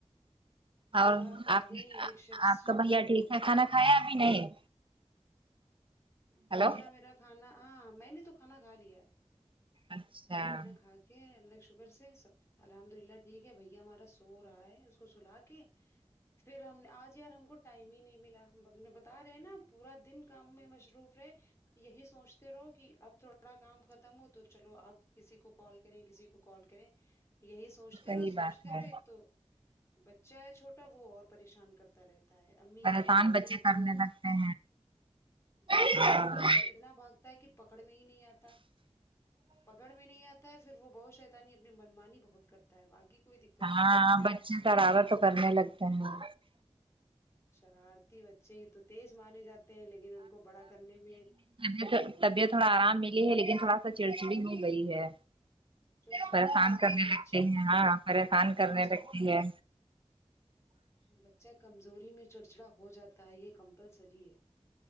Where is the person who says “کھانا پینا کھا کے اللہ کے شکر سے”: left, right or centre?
Left